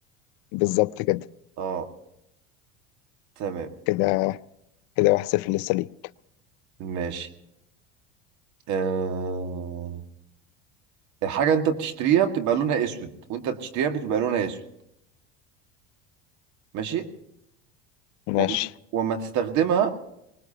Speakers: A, on the left (about 65°); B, on the right (about 60°).
A: بالظبط كده
B: اه تمام
A: كده كده واحد صفر لسه ليك
B: ماشي أه... الحاجة انت بتشتريها بتبقى لونها اسود وانت بتشتريها بتبقى لونها اسود ماشي
A: ماشي
B: و... وما تستخدمها